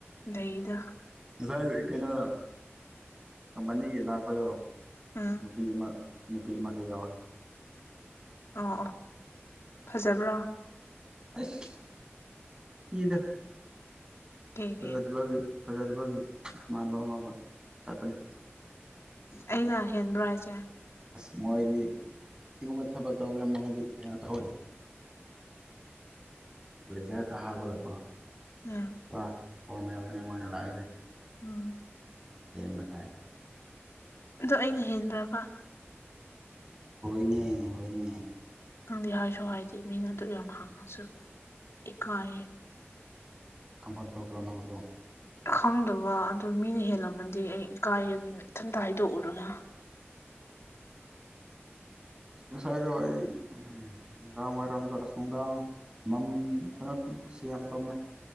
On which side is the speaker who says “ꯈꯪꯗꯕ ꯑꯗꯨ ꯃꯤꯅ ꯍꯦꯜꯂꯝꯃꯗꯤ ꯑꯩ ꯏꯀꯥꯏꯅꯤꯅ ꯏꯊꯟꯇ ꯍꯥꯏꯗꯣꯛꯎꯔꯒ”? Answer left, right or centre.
Left